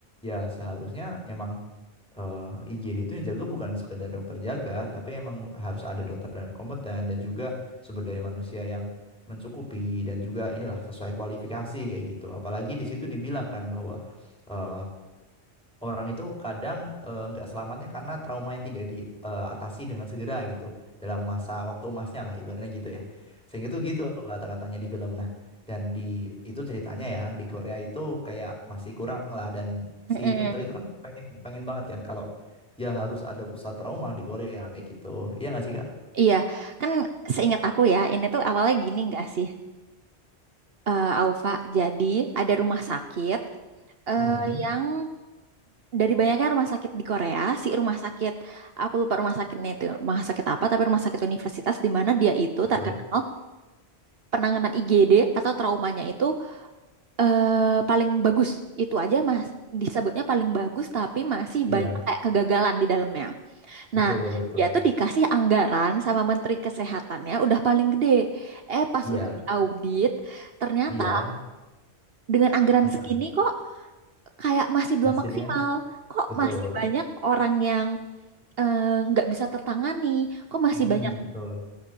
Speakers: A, in the centre; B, on the right.
A: ya seharusnya emang eh, IGD itu yang jaga bukan sekedar dokter jaga tapi emang harus ada dokter yang kompeten dan juga sumber daya manusia yang mencukupi dan juga inilah sesuai kualifikasi kayak gitu apalagi di situ dibilang kan bahwa eh, orang itu kadang eh, nggak selamatnya karena trauma yang tidak diatasi dengan segera gitu dalam masa waktu emasnya lah ibaratnya gitu ya sehingga tuh gitu kata-katanya di film nah dan di itu ceritanya ya di Korea itu kayak masih kurang lah dan
B: Mm-mm.
A: si dokter itu kan pengen pengen banget kan kalau ya harus ada pusat trauma di Korea kayak gitu iya nggak sih kak?
B: Iya, kan seingat aku ya, ini tuh awalnya gini nggak sih, eh Aufa? Jadi ada rumah sakit, eh
A: Mm-mm.
B: yang dari banyaknya rumah sakit di Korea, si rumah sakit, aku lupa rumah sakitnya itu rumah sakit apa, tapi rumah sakit universitas di mana dia itu terkenal
A: Betul.
B: penanganan IGD atau traumanya itu eh, paling bagus. Itu aja mas, disebutnya paling bagus, tapi masih
A: Iya,
B: banyak kayak kegagalan di dalamnya.
A: betul,
B: Nah,
A: betul.
B: dia tuh dikasih anggaran sama Menteri Kesehatannya udah paling gede. Eh, pas
A: Iya,
B: udah diaudit, ternyata
A: iya,
B: dengan anggaran
A: anggarannya.
B: segini kok kayak masih belum
A: Hasilnya
B: maksimal. Kok
A: betul.
B: masih banyak orang yang eh, nggak bisa tertangani? Kok masih
A: Mm,
B: banyak
A: betul.